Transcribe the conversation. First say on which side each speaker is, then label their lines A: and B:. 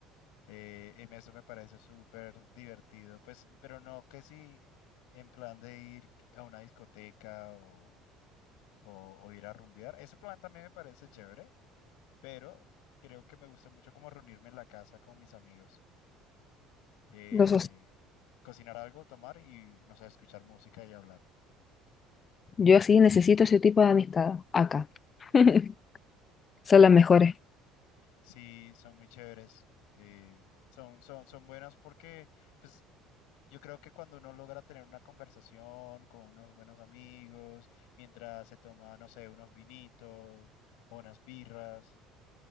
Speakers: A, on the left (about 85°); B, on the left (about 30°).
A: Eh, em, eso me parece súper divertido, pues, pero no que si en plan de ir a una discoteca o, o, o ir a rumbear, ese plan también me parece chévere, pero creo que me gusta mucho como reunirme en la casa con mis amigos, eh,
B: Los so-,
A: cocinar algo, tomar y, no sé, escuchar música y hablar.
B: yo sí necesito ese tipo de amistad acá. <laughs> Son las mejores.
A: Sí, son muy chéveres, eh, son, son, son buenas porque, pues, Yo creo que cuando uno logra tener una conversación con unos buenos amigos, mientras se toma, no sé, unos vinitos o unas birras,